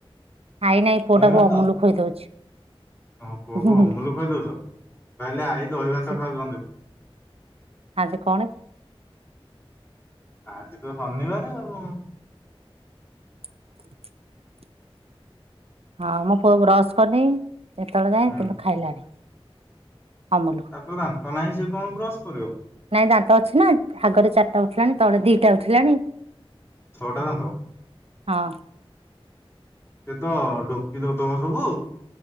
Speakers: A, on the right (about 80°); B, on the left (about 25°).
A: ଆଇ ନାଇଁ ପୁଅଟାକୁ
B: ଦହି ଭାତ
A: ଅମୁଲ ଖୋଇଦଉଛି।
B: ତମ ପୁଅକୁ
A: ହୁଁ ହୁଁ
B: ଅମୁଲୁ ଖୁଏଇଦଉଚ। କହିଲି ଆଈ ଦହି ଭାତ
A: ସେ
B: ଖାଉଚନ୍ତି।
A: ଆଜି କଣ?
B: ଆଜି ତ ଶନିବାର ଆଉ ଉ।
A: <inaudible> ହଁ, ମୋ ପୁଅ ବ୍ରସ୍ କରିନି ଏତେବେଳ ଯାଏଁ
B: ହୁଁ
A: କିନ୍ତୁ ଖାଇଲାଣି ଅମୂଲ।
B: ତାର ତ ଦାନ୍ତ ନାହିଁ ସିଏ କଣ ବ୍ରସ୍ କରିବ।
A: ନାଇଁ ଦାନ୍ତ ଅଛି ନା, ଆଗରେ ଚାରିଟା ଉଠିଲାଣି ତଳେ ଦିଟା ଉଠିଲାଣି।
B: ଛଅ ଟା ଦାନ୍ତ।
A: ହଁ
B: ସେ ତ ଢୋକି ଦେଉଥିବ ସବୁ।